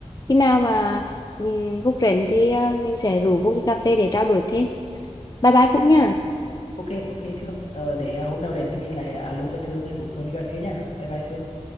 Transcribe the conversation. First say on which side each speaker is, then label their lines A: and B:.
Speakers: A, on the left; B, on the left.
A: khi nào mà ừm, Phúc rảnh thì à, mình sẽ rủ Phúc đi cà phê để trao đổi thêm bye bye Phúc nha
B: ok ok Thương ờ, để ờ, hôm nào rảnh thì mình lại à, alo cho Thương rồi rủ phương đi cà phê nha bye bye Thương